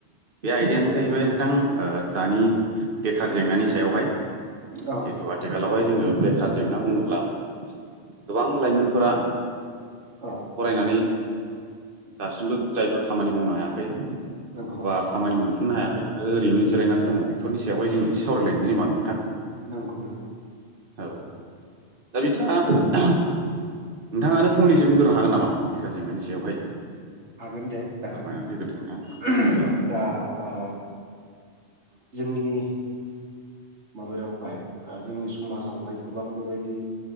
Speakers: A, on the right; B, on the right.
A: बे आयदायानो जाहैबाय नोंथां ओ दानि बेखार जेंनानि सायावहाय।
B: औ
A: जेतु आथिखालावहाय जोङो बेखार। जेंना बुङोब्ला गोबां लाइमोनफोरा
B: औ
A: फरायनानै। दासिमबो जायफोर खामानि मावनो हायाखै।
B: नंगौ
A: बा खामानि मोनफुंनो हायाखै आरो ओरैनो
B: नंगौ
A: जिरायनानै दङ बेफोरनि सायावहाय जों एसे सावरायलायनायनिमा दङ।
B: नंगौ-नंगौ।
A: औ दा बिथाङा नोंथाङानो फंनैसो बुंग्रोनो हागोन नामा। बेखार जेंनानि सायावहाय।
B: हागोन दे दागोन
A: फोरमायनानै होग्रोदो नोंथां औ
B: दा ओ। जोंनि। माबायावहाय ओ जोंनि समासावहाय गोबां बेबायदि